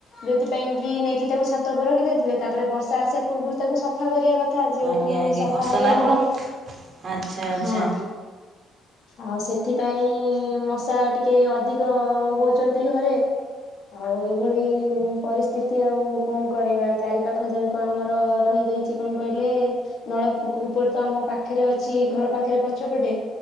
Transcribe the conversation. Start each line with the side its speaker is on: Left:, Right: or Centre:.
Left: ଯୋଉଥିପାଇଁ କି ନେଇକି ତାକୁ ଛାତ ଉପରେ ରଖିଦେଇଥିଲେ। ତାପରେ ବର୍ଷା ଆସିବା ପୂର୍ବରୁ ତାକୁ ସଫ ଫା କରିବା କଥା ଯେହେତୁ
Right: ଆଜ୍ଞା ଆଜ୍ଞା
Left: ସଫା
Right: ଅସନା
Left: ହେଇନି।
Right: ଆପଣ ଆଚ୍ଛା ଆଚ୍ଛା
Left: ହଁ। ଆଉ ସେଥିପାଇଁ ମଶା ଟିକେ ଅଧିକ ହୋଉଚନ୍ତି ଘରେ। ଆଉ ଏଇଭଳି ପରିସ୍ଥିତି ଆଉ କଣ କରିବା। ଚାରି ପାଖଜାଙ୍କ ଆମର ରହିଯାଇ ଚି। କଣ କଇଲେ ନଳକୂପ ତ ଆମ ପାଖରେ ଅଛି ଘର ପାଖରେ ପଛପଟେ।